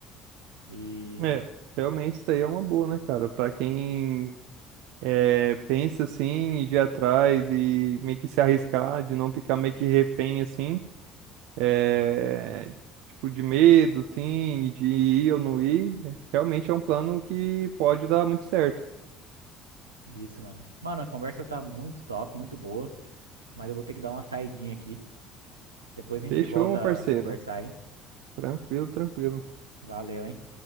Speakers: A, on the right (about 85°); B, on the right (about 60°).
A: E
B: É, realmente isso aí é uma boa, né, cara? Pra quem é, pensa assim, de ir atrás e meio que se arriscar, de não ficar meio que refém assim, é, tipo de medo, assim, de ir ou não ir, é, realmente é um plano que pode dar muito certo.
A: isso, mano. Mano, a conversa tá muito top, muito boa, mas eu vou ter que dar uma saidinha aqui. Depois a gente
B: Fechou,
A: volta
B: meu parceiro?
A: a conversar aí.
B: Tranquilo, tranquilo.
A: Valeu, hein?